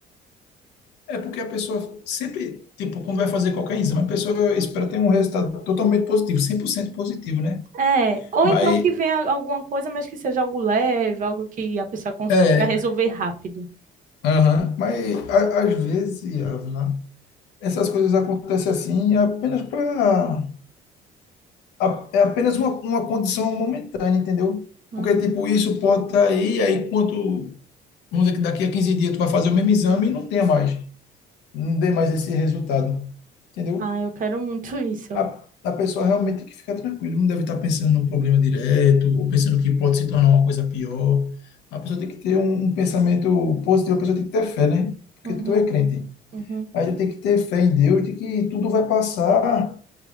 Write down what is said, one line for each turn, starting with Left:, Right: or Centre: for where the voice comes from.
Left: é porque a pessoa sempre, tipo, quando vai fazer qualquer exame, a pessoa espera ter um resultado totalmente positivo, 100% positivo, né?
Right: É, ou
Left: Mas
Right: então que venha alguma coisa, mas que seja algo leve, algo que a pessoa consiga
Left: é,
Right: resolver rápido.
Left: aham, mas a- às vezes, Ávila, essas coisas acontecem assim apenas para a- é apenas uma, uma condição momentânea, entendeu?
Right: Uhum.
Left: Porque, tipo, isso pode estar aí, aí quanto, vamos dizer que daqui a 15 dias tu vai fazer o mesmo exame e não tenha mais, não dê mais esse resultado, entendeu?
Right: Ah, eu quero muito <laughs> isso.
Left: A, a pessoa realmente tem que ficar tranquila, não deve estar pensando no problema direto, ou pensando que pode se tornar uma coisa pior. A pessoa tem que ter um, um pensamento positivo, a pessoa tem que ter fé, né? Porque
Right: Uhum,
Left: tu é crente.
Right: uhum.
Left: Aí tem que ter fé em Deus, de que tudo vai passar,